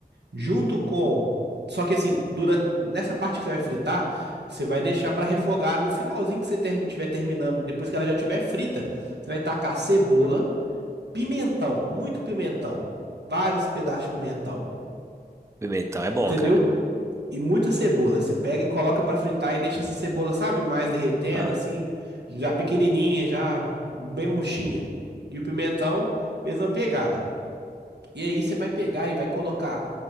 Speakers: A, on the right; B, on the right.
A: junto com. Só que assim, dura... nessa parte que você vai fritar, você vai deixar pra refogar no finalzinho que você ter... tiver terminando, depois que ela já tiver frita, você vai tacar cebola. pimentão, muito pimentão, vários pedaços de pimentão,
B: Pimentão é bom,
A: entendeu?
B: cara.
A: E muita cebola. Você pega e coloca pra fritar e deixa essa cebola, sabe, mais derretendo,
B: Ah.
A: assim, já pequenininha, já bem murchinha. E o pimentão, mesma pegada. E aí você vai pegar e vai colocar